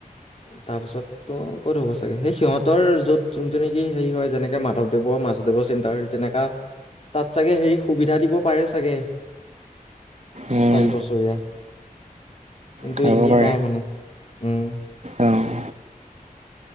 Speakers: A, on the left; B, on the right.
A: তাৰ পিছত তো ক'ত হ'ব চাগে সেই সিহঁতৰ যত যোনটো নেকি হেৰি হয় যেনেকে মাধৱদেৱ মাধদেৱৰ চেণ্টাৰ তেনেকা তাত চাগে হেৰি সুবিধা দিব পাৰে চাগে
B: উম,
A: চাৰি বছৰীয়া কিন্তু
B: খাব
A: এনেই
B: পাৰে।
A: নাই মানে উম
B: অ',